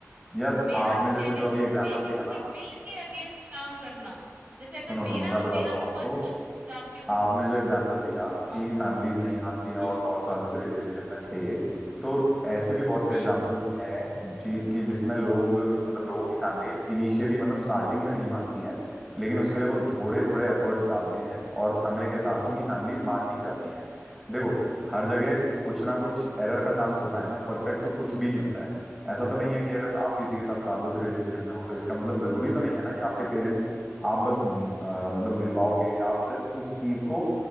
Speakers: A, in the centre; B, on the right (about 30°).
A: यार
B: मेरा
A: आपने जैसे
B: कहने
A: जो
B: का
A: अभी
B: मतलब
A: एग्जांपल
B: ये है किसी
A: दिया ना
B: के विल के अगेंस्ट काम करना जैसे अगर
A: सुनो सुनो
B: मेरा
A: मैं बताता
B: मेरा
A: हूँ आपको
B: पर्सनल चाहती हूँ
A: आपने जो एग्जाम्पल दिया
B: हाँ
A: कि फैमिलीज नहीं मानती हैं और
B: हम्म
A: बहुत सालों से रिलेशनशिप में थे तो ऐसे भी बहुत से
B: हम्म
A: एग्जाम्पल्स हैं जी कि जिसमें लोग मतलब लोगों की फैमिलीज इनिशियली मतलब स्टार्टिंग में नहीं मानती हैं लेकिन उसके लिए वो थोड़े थोड़े एफर्ट्स डालते हैं और समय के साथ उनकी फैमिलीज मान भी जाती हैं देखो हर जगह कुछ ना कुछ एरर का चांस होता है ना परफेक्ट तो कुछ भी नहीं होता है ऐसा तो नहीं है कि अगर आप किसी के साथ सालों से रिलेशनशिप में हो तो इसका मतलब जरूरी तो नहीं है ना कि आपके पेरेंट्स आप बस अ, मतलब मिलवाओगे या आप जस्ट उस चीज को